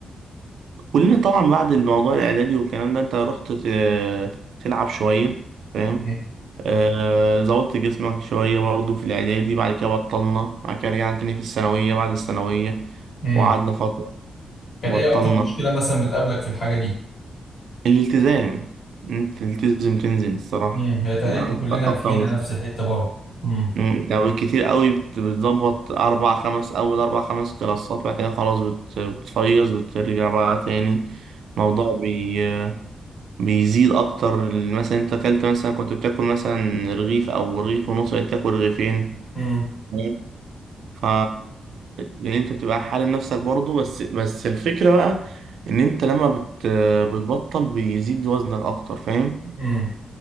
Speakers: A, on the right (about 85°); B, on the left (about 55°).
A: كلنا طبعا بعد الموضوع الإعدادي والكلام ده أنت رحت ت- تلعب شوية فاهم
B: امم
A: آه، ظبطت جسمك شوية برضه في الإعدادي بعد كده بطلنا بعد كده رجعنا تاني في الثانوية بعد الثانوية
B: امم
A: وقعدنا فترة
B: كانت
A: وبطلنا
B: ايه اكتر مشكله مثلا بتقابلك في الحاجه دي
A: الالتزام أنت تلتزم تنزل الصراحة
B: امم هي تقريبا
A: ده
B: كلنا
A: أكتر أكتر
B: فينا نفس الحته برضو امم
A: مم، انت بالكتير قوي بت- بتظبط اربع خمس اول اربع خمس كلاسات بعد كده خلاص بت- بتفيص بترجع بقى تاني الموضوع بي بيزيد اكتر مثلا انت اكلت مثلا كنت بتاكل مثلا رغيف او رغيف ونص بقيت تاكل رغيفين
B: امم
A: مم. ف لان انت بتبقى حارم نفسك برضه بس بس الفكرة بقى ان انت لما بت... بتبطل بيزيد وزنك اكتر فاهم
B: امم